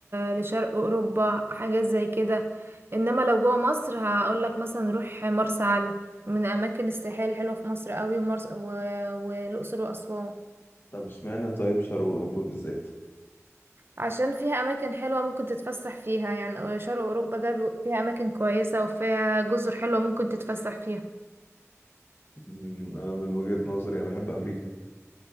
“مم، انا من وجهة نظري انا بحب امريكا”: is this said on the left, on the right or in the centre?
Left